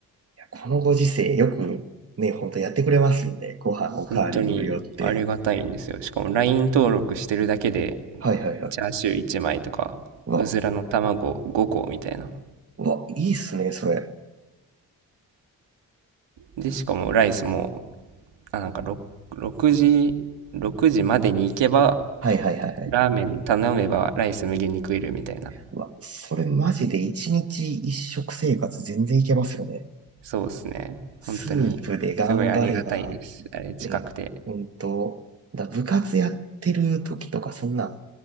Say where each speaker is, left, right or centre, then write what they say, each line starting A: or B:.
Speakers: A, on the right; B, on the right.
A: やこのご時世よくね、ほんとやってくれますよね。ご飯おかわり無料って。
B: 本当にありがたいんですよ。しかも、LINE 登録してるだけで、
A: はいはいはい。
B: チャーシュー1枚とか、
A: うわ、
B: うずらの卵5個みたいな。
A: うわ、いいっすね、それ。
B: で、しかもライスもあ、なんかろ6、時、6時までに行けば、
A: はいはいはいはい。
B: ラーメン頼めばライス無限に食えるみたいな。
A: うわ、それマジで一日一食生活全然いけますよね。
B: そうですね。
A: スープで頑張れば、
B: 本当に、すごいありがたいです。あれ近くて。
A: ね、ほんと、だ部活やってる時とかそんな、は